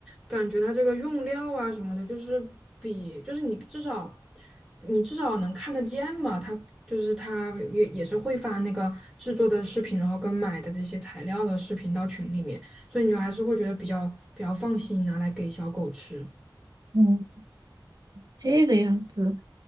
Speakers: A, in the centre; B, on the right.
A: 感觉它这个用料啊什么的，就是比就是你至少你至少能看得见嘛，它就是它也也是会发那个制作的视频，然后跟买的这些材料的视频到群里面，所以你就还是会觉得比较比较放心拿来给小狗吃。
B: 嗯，这个样子，